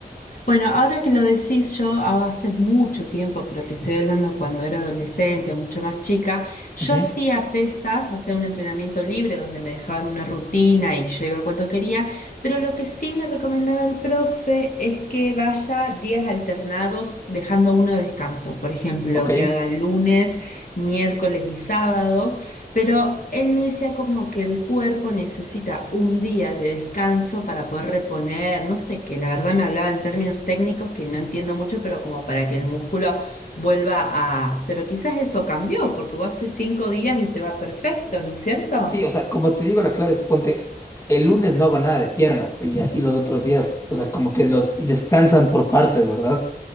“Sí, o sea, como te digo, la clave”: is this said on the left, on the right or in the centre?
Left